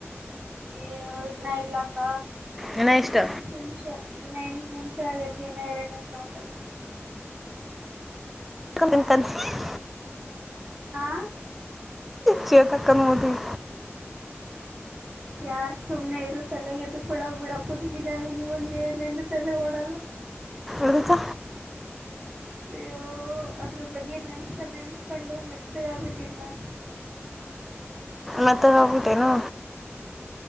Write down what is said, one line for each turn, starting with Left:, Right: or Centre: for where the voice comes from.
Right: ಇಯೋ ಇನ್ನ ಇಲ್ಲಾಕ್ಕ
Centre: ಇನ್ನ ಎಷ್ಟು
Right: ಈಗ ಎಂಟ್ ನಿಮಿಷ ಇನ್ನ ಎಂಟ ನಿಮಿಷ ಆಗೈತಿ ಇನ್ನ ಎರಡ್ ನಿಮಿಷ ಮಾತಾಡು
Centre: <unintelligible>
Right: ಹಾ
Centre: ಶ್ವೇತಕನೂರಿಗಿ
Right: ಯಾರ್ ಸುಮ್ನೆ ಇರು ತಲೆಗೆದಕುಳ ಬಿಡಕುತ್ತಿದ ನನಗ ಇವಾಗ ಏನೇನು ತಲೆ ಹೊಡಲ್ಲ
Centre: ಎದ್ದಕ
Right: ಅಯ್ಯೋ ಅದ್ರ ಬಗ್ಗೆ ನೆನ್ಸ್ಕೊಂಡ್ ನೆನ್ಸ್ಕೊಂಡು ಮೆತ್ತಗಾಗಬಿಟ್ಟಿನಿ ನಾ
Centre: ಲತ್ತಗಾಗ್ಬಿಟ್ ಏನು